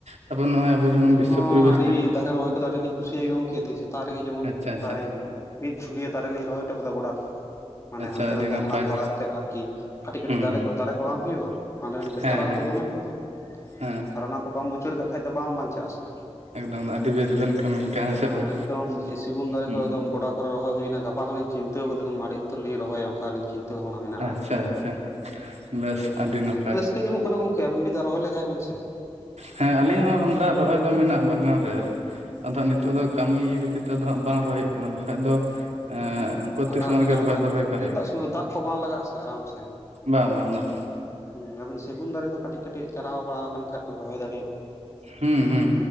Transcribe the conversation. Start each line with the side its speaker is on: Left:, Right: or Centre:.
Right: ᱛᱟᱯᱚᱨ ᱱᱚᱜᱼᱚᱭ ᱟᱵᱚ ᱡᱮᱢᱚᱱ
Left: ᱟᱹᱞᱤᱧ
Right: ᱵᱤᱥᱥᱚ
Left: ᱦᱚᱸ
Right: ᱯᱚᱨᱤᱵᱮᱥ
Left: ᱟᱹᱰᱤ ᱫᱟᱨᱮ ᱨᱚᱦᱚᱭ ᱠᱚᱫᱚ ᱟᱹᱰᱤ ᱞᱤᱧ ᱠᱩᱥᱤᱭᱟᱜ ᱜᱮᱭᱟ ᱜᱚᱝᱠᱮ ᱛᱤᱦᱤᱧ ᱥᱮᱛᱟᱜ ᱨᱮᱜᱮ ᱡᱮᱢᱚᱱ
Right: ᱟᱪᱪᱷᱟ ᱟᱪᱪᱷᱟ᱾
Left: ᱯᱨᱟᱭ ᱢᱤᱫ ᱡᱷᱩᱲᱤᱭᱟᱹ ᱫᱟᱨᱮ ᱞᱤᱧ ᱨᱚᱦᱚᱭ ᱦᱚᱴᱚ ᱠᱟᱫᱟ ᱜᱚᱰᱟ ᱨᱮ᱾ ᱢᱟᱱᱮ
Right: ᱟᱪᱪᱷᱟ
Left: ᱦᱟᱱᱛᱮ
Right: ᱟᱹᱰᱤ
Left: ᱱᱟᱛᱮ
Right: ᱱᱟᱯᱟᱭ
Left: ᱦᱟᱞᱟᱝ ᱵᱟᱲᱟ ᱠᱟᱛᱮᱫ ᱟᱨᱠᱤ ᱠᱟᱹᱴᱤᱡ ᱠᱟᱹᱴᱤᱡ
Right: ᱦᱩᱸ
Left: ᱫᱟᱞᱮ ᱠᱚ ᱫᱟᱨᱮ ᱠᱚ ᱵᱟᱝ ᱦᱩᱭᱩᱜᱼᱟ᱾ ᱦᱟᱸᱰᱮ ᱱᱟᱸᱵᱮᱛᱮ
Right: ᱦᱮᱸ
Left: ᱪᱟᱨᱟᱜ
Right: ᱦᱮᱸ
Left: ᱟᱛᱚ ᱫᱚᱢᱮ ᱱᱤᱛᱚᱜ ᱫᱚ,
Right: ᱦᱮᱸ
Left: ᱟᱨ ᱚᱱᱟ ᱠᱚ ᱵᱟᱢ ᱩᱪᱟᱹᱲ ᱠᱟᱜ ᱠᱷᱟᱡ ᱫᱚ ᱵᱟᱝ ᱵᱟᱧᱪᱟᱜᱼᱟ ᱥᱮ᱾
Right: ᱮᱠᱫᱚᱢ ᱟᱹᱰᱤ ᱵᱮᱥ ᱵᱮᱱ ᱠᱟᱹᱢᱤ ᱠᱟᱜᱼᱟ ᱦᱮᱸ ᱥᱮ
Left: ᱟ
Right: ᱵᱟᱝ
Left: ᱮᱠᱫᱚᱢ ᱮ ᱥᱤᱜᱩᱱ ᱫᱟᱨᱮ
Right: ᱦᱩᱸ
Left: ᱠᱚ ᱮᱠᱫᱚᱢ ᱜᱚᱰᱟ ᱠᱚᱨᱮ ᱨᱚᱦᱚᱭ ᱦᱩᱭᱱᱟ, ᱜᱟᱯᱟ ᱠᱷᱚᱱ ᱞᱤᱧ ᱪᱤᱱᱛᱟᱹᱣ ᱠᱟᱫᱟ ᱫᱚᱢ ᱟᱹᱰᱤ ᱩᱛᱟᱹᱨ ᱞᱤᱧ ᱨᱚᱦᱚᱭᱟ ᱚᱱᱠᱟ᱾ ᱠᱟᱞᱤᱧ ᱪᱤᱱᱛᱟᱹ ᱵᱷᱟᱵᱱᱟ ᱢᱮᱱᱟᱜ
Right: ᱟᱪᱪᱷᱟ
Left: ᱟᱨᱠᱤ ᱦᱟᱦᱟᱸᱜ᱾
Right: ᱟᱪᱪᱷᱟ ᱵᱮᱥ ᱟᱹᱰᱤ ᱱᱟᱯᱟᱭ
Left: ᱠᱟᱹᱡ ᱧᱟᱢᱚᱜ ᱠᱟᱱᱟ ᱜᱚᱝᱠᱮ᱾ ᱟᱵᱤᱱ ᱢᱤᱫ ᱫᱷᱟᱣ ᱨᱚᱦᱚᱭ ᱞᱮᱜᱟᱭ ᱵᱮᱱ ᱥᱮ᱾
Right: ᱦᱮᱸ ᱟᱞᱤᱧ ᱦᱚᱸ
Left: ᱟᱹᱰᱤ
Right: ᱚᱱᱠᱟ ᱨᱚᱦᱚᱭ ᱫᱚ ᱢᱮᱱᱟᱜ ᱵᱟᱜᱟᱱ ᱨᱮ ᱟᱨ ᱟᱫᱚ ᱦᱟᱸᱜ ᱱᱤᱛᱳᱜ ᱫᱚ ᱠᱟᱹᱢᱤ ᱤᱭᱟᱹ ᱠᱷᱟᱹᱛᱤᱨ ᱛᱮ ᱟᱫᱚ ᱦᱟᱸᱜ ᱵᱟᱝ ᱨᱚᱦᱚᱭ ᱦᱩᱭᱩᱜ ᱠᱟᱱᱟ ᱵᱟᱠᱟᱡ ᱫᱚ ᱮᱸ
Left: ᱚ ᱚ
Right: ᱯᱨᱚᱛᱮᱠ
Left: ᱯᱷᱟᱠᱟ
Right: ᱥᱮᱨᱢᱟ
Left: ᱠᱚ
Right: ᱞᱮᱠᱟ
Left: ᱧᱟᱢ
Right: ᱨᱚᱦᱚᱭ
Left: ᱵᱟᱲᱟ
Right: ᱫᱚ
Left: ᱠᱟᱛᱮᱫ
Right: ᱨᱚᱦᱚᱭ ᱠᱟᱜ
Left: ᱱᱮᱱᱛᱟᱜ
Right: ᱦᱩᱭᱩᱜᱼᱟ
Left: ᱥᱚᱢᱚᱭ ᱫᱚ ᱫᱟᱜ ᱠᱚ ᱵᱟᱝ ᱞᱟᱜᱟᱜ-ᱟ ᱥᱮ ᱟᱨᱟᱢ ᱥᱮ,
Right: ᱵᱟ ᱵᱟᱝ ᱫᱟᱜ
Left: ᱦᱩᱸ ᱟᱵᱮᱱ ᱥᱮᱜᱩᱱ ᱫᱟᱨᱮ ᱠᱚ ᱠᱟᱹᱴᱤᱡ ᱠᱟᱹᱴᱤᱡ ᱪᱟᱨᱟᱣ ᱵᱟᱲᱟᱣ ᱠᱟᱱ ᱠᱷᱟᱡ ᱵᱮᱱ ᱨᱚᱦᱚᱭ ᱫᱟᱲᱮᱜ
Right: ᱦᱩᱸ ᱦᱩᱸ